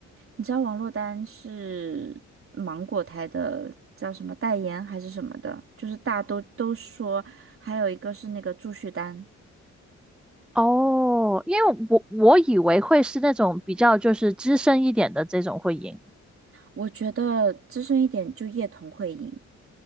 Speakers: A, on the right; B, in the centre.
A: 你知道王珞丹是芒果台的叫什么代言还是什么的，就是大家都都说，还有一个是那个祝绪丹，
B: 哦，因为我我以为会是那种比较就是资深一点的这种会赢，
A: 我觉得资深一点就叶童会赢。